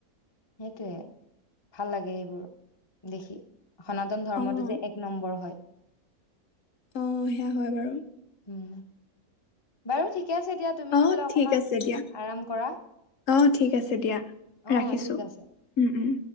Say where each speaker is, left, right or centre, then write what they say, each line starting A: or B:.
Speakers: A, on the left; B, on the left.
A: সেইটোৱে ভাল লাগে সেইবোৰ দেখি সনাতন ধৰ্মটো
B: অ'
A: যে এক নম্বৰ হয়।
B: অ', সেয়া হয় বাৰু।
A: উম, বাৰু ঠিক ঠিকে আছে দয়া তুমি নহ'লে
B: অ'
A: অকমান
B: ঠিক আছে দিয়া
A: আৰাম কৰা।
B: অ', ঠিক আছে দিয়া।
A: অ
B: ৰাখিছো
A: ঠিক আছে
B: উম, উম।